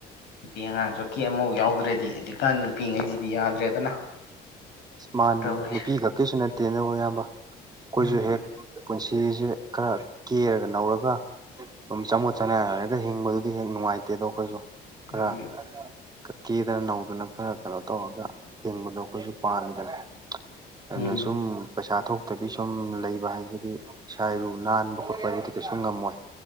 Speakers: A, on the left (about 85°); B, on the right (about 25°).
A: ꯅꯨꯄꯤ ꯑꯉꯥꯡꯁꯨꯀꯤꯦ ꯑꯃꯐꯥꯎ ꯌꯥꯎꯗ꯭ꯔꯗꯤ ꯍꯧꯖꯤꯛꯀꯥꯟ ꯅꯨꯄꯤꯉꯩꯁꯤꯗꯤ ꯌꯥꯗ꯭ꯔꯦꯗꯅ
B: ꯃꯥꯥꯟ
A: ꯇꯧꯔꯤꯁꯦ
B: ꯅꯨꯄꯤ ꯈꯛꯀꯤꯁꯨ ꯅꯠꯇꯦ ꯑꯗꯨꯕꯨ ꯑꯌꯥꯝꯕ ꯑꯩꯈꯣꯏꯁꯨ
A: ꯎꯝ
B: ꯍꯦꯛ ꯄꯨꯟꯁꯤꯁꯦ ꯈꯔ ꯀꯦꯔꯒ ꯅꯧꯔꯒ ꯑꯗꯨꯝ ꯆꯃꯣꯠ ꯆꯅꯥ ꯂꯩꯔꯒ ꯍꯤꯡꯕꯗꯨꯗꯤ ꯍꯦꯛ ꯅꯨꯡꯉꯥꯏꯇꯦ ꯑꯗꯣ ꯑꯩꯈꯣꯏꯁꯨ ꯈꯔ
A: ꯎꯝ
B: ꯀ ꯀꯦꯗꯅ ꯅꯧꯗꯅ ꯈꯔ ꯀꯩꯅꯣ ꯇꯧꯔꯒ ꯍꯤꯡꯕꯗꯣ ꯑꯩꯈꯣꯏꯁꯨ ꯑꯗꯨꯅ ꯑꯗꯨꯅ
A: ꯎꯝ
B: ꯁꯨꯝ ꯄꯩꯁꯥ ꯊꯣꯛꯇꯕꯤ ꯁꯨꯝ ꯂꯩꯕ ꯍꯥꯏꯁꯤꯗꯤ ꯏꯁꯥ ꯏꯔꯨ ꯅꯥꯟꯕ ꯈꯣꯠꯄ ꯍꯥꯏꯗꯤꯗꯤ ꯀꯩꯁꯨ ꯉꯝꯃꯣꯏ